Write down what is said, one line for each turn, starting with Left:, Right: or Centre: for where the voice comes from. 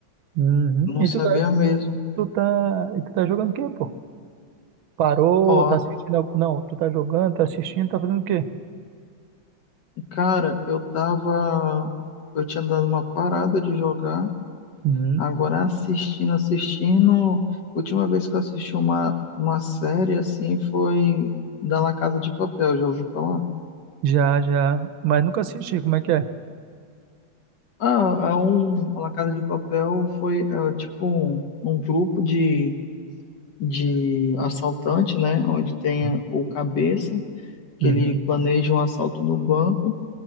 Right: Uhum.
Left: Não
Right: E
Left: sabia
Right: tu tá,
Left: mesmo.
Right: tu tá, e tu tá jogando o quê, pô? Parou,
Left: Ó,
Right: tá assistindo, algo- não, tu tá jogando, tá assistindo, tá fazendo o quê?
Left: cara, eu tava. Eu tinha dado uma parada de jogar,
Right: Uhum.
Left: agora assistindo, assistindo. Última vez que eu assisti uma, uma série assim foi da La Casa de Papel, já ouvi falar?
Right: Já, já, mas nunca assisti, como é que é?
Left: Ah, é um, a La Casa de Papel foi é, tipo um, um grupo de, de assaltante, né? Onde tem
Right: Uhum,
Left: o cabeça. que
Right: uhum,
Left: ele planeja um assalto no banco.